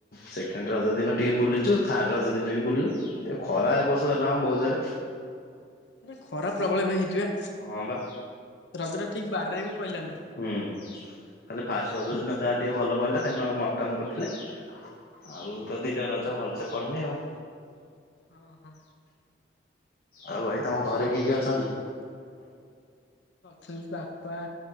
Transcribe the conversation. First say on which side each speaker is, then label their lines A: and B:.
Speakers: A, on the left; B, on the left.
A: ସେକେଣ୍ଡ ରଜ ଦିନ ଟିକେ ବୁଲିଚୁ। ଥାର୍ଡ ରଜ ଦିନ ବି ବୁଲିଲୁ। ଟିକେ ଖରା ଏ ବର୍ଷ ହେଲା ଲା ବହୁତ୍ ଜୋରେ।
B: ମାନେ ଖରା ପ୍ରବଳ ଏବେ ହେଇଚି ବା
A: ହଁ ବା
B: ରଜଟା ଠିକ ବାରରେ ବି ପଇଲାନି।
A: ହୁଁ ଖାଲି ଫାଷ୍ଟ ରଜ ଦିନ ଯାହା ଟିକେ ଭଲ ପଇଲା। ସେଦିନ ମଟନ କରିଥିଲେ। ଆଉ ତ ଦିଟା ରଜ ଭଲସେ ପଡନି ଆଉ।
B: ହଁ ହଁ
A: ଆଉ ଭାଇ ତମ ଘରେ କିଏ କିଏ ଅଛନ୍ତି?
B: ଛନ୍ତି ବାପା।